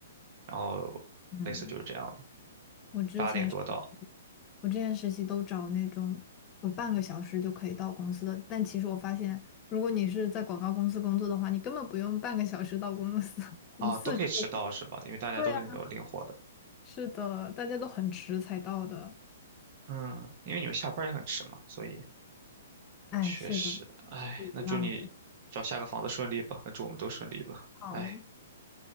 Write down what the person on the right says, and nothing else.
然后类似就是这样的，
八点多到
啊，都可以迟到是吧？因为大家都是那种灵活的。
嗯，因为你们下班也很迟嘛，所以
确实，
哎，
那祝你找下个房子顺利吧，那祝我们都顺利吧，
哎，